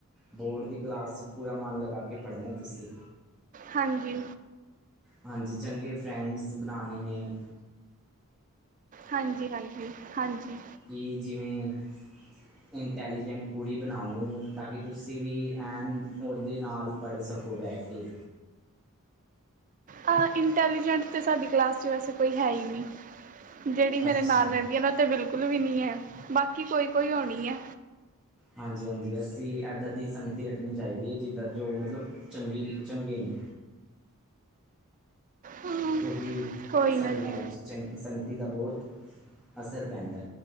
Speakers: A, in the centre; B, on the right.
A: ਬੋਰਡ ਦੀ ਕਲਾਸ 'ਚ ਪੂਰਾ ਮਨ ਲਗਾ ਕੇ ਪੜ੍ਹਨਾ ਤੁਸੀਂ
B: ਹਾਂਜੀ
A: ਹਾਂਜੀ ਚੰਗੇ ਫਰੈਂਡਸ ਬਣਾਣੇ ਨੇ
B: ਹਾਂਜੀ ਹਾਂਜੀ ਹਾਂਜੀ
A: ਕੀ ਜਿਵੇਂ ਇੰਟੈਲੀਜੈਂਟ ਕੁੜੀ ਬਣਾਓ ਤਾਂ ਕਿ ਤੁਸੀਂ ਵੀ ਐਨ ਉਹਦੇ ਨਾਲ ਪੜ੍ਹ ਸਕੋ ਬੈ ਕੇ
B: ਹਾਂ ਇੰਟੈਲੀਜੈਂਟ ਤਾਂ ਸਾਡੀ ਕਲਾਸ 'ਚ ਵੈਸੇ ਕੋਈ ਹੈ ਹੀ ਨੀ ਜਿਹੜੀ ਮੇਰੇ
A: ਅੱਛਾ
B: ਨਾਲ ਰਹਿੰਦੀ ਹੈ ਨਾ ਤੇ ਬਿਲਕੁਲ ਵੀ ਨਹੀਂ ਹੈ ਬਾਕੀ ਕੋਈ ਕੋਈ ਹੋਣੀ ਐ
A: ਹਾਂਜੀ ਹਾਂਜੀ ਅਸੀਂ ਇੱਦਾਂ ਦੀ ਸੰਗਤੀ ਰੱਖਣੀ ਚਾਹੀਦੀ ਹੈ ਜਿੱਦਾਂ ਜੋ ਮਤਲਬ ਚੰਗੀ ਚੰਗੇ ਨੇ
B: ਹੂੰ,
A: ਕਿਉਂਕਿ
B: ਕੋਈ
A: ਸਾਡੀ
B: ਨਾ ਜੀ
A: ਲਾਈਫ 'ਚ ਚੰਗੀ ਸੰਗਤੀ ਦਾ ਬਹੁਤ ਅਸਰ ਪੈਂਦਾ